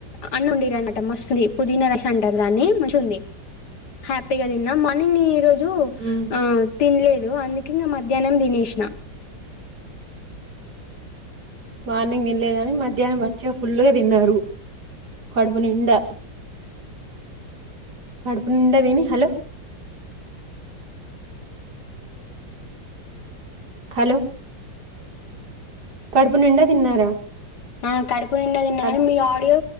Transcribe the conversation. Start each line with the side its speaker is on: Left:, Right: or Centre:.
Left: అన్న ఉండేర అనమాట మస్తుంది పుదీనా రసం అంటారు దాన్ని మంచింది హ్యాపీగా తిన్నా మార్నింగ్ ఈ రజు జు
Right: ఉమ్
Left: ఆ తినలేదు అందుకు ఇంకా మధ్యాహ్నం తినేసిన
Right: మార్నింగ్ వినలేదని మధ్యాహ్నం మంచిగా ఫుల్గా తిన్నారు కడుపు నిండా పడుపునుడాదేని హలో హలో కడుపు నిండా తిన్నారా
Left: ఆ కడుపు నిండ దిన్నా
Right: హల్
Left: కానీ మీ ఆడియో